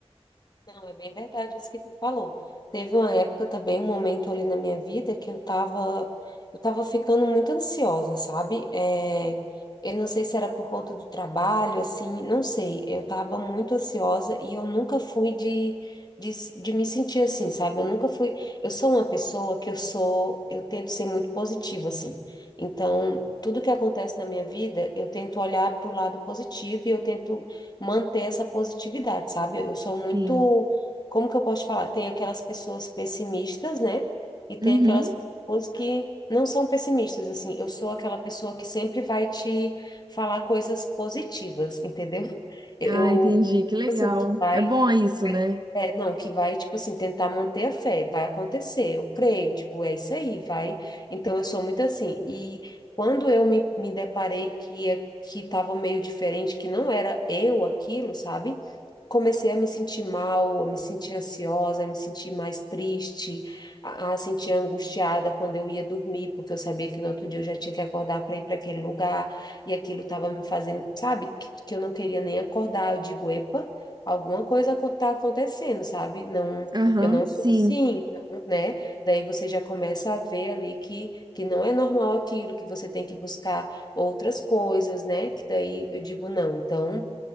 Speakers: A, on the left; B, on the right.
A: Não, é bem verdade isso que tu falou. Teve uma época também, um momento ali na minha vida que eu tava, eu tava ficando muito ansiosa, sabe? É, eu não sei se era por conta do trabalho, assim, não sei. Eu tava muito ansiosa e eu nunca fui de, de, de me sentir assim, sabe? Eu nunca fui. Eu sou uma pessoa que eu sou, eu tento ser muito positiva, assim. Então, tudo que acontece na minha vida, eu tento olhar para o lado positivo e eu tento manter essa positividade, sabe? Eu sou muito,
B: Sim.
A: como que eu posso te falar? Tem aquelas pessoas pessimistas, né? E tem
B: Uhum.
A: aquelas pessoas que não são pessimistas, assim. Eu sou aquela pessoa que sempre vai te falar coisas positivas, <laughs> entendeu? Eu,
B: Ah,
A: eu,
B: entendi, que legal.
A: assim, que vai
B: É bom isso,
A: vai
B: né?
A: é, não, que vai, tipo assim, tentar manter a fé, vai acontecer, eu creio, tipo, é isso aí, vai. Então, eu sou muito assim. E quando eu me, me deparei que que estava meio diferente, que não era eu aquilo, sabe? Comecei a me sentir mal, a me sentir ansiosa, a me sentir mais triste, a, a sentir angustiada quando eu ia dormir, porque eu sabia que no outro dia eu já tinha que acordar para ir para aquele lugar, e aquilo estava me fazendo, sabe? Que, que eu não queria nem acordar. Eu digo, epa, alguma coisa está acontecendo, sabe? Não,
B: Aham,
A: eu não sou
B: sim.
A: assim, então, né? Daí você já começa a ver ali que, que não é normal aquilo, que você tem que buscar outras coisas, né? Que daí eu digo, não, então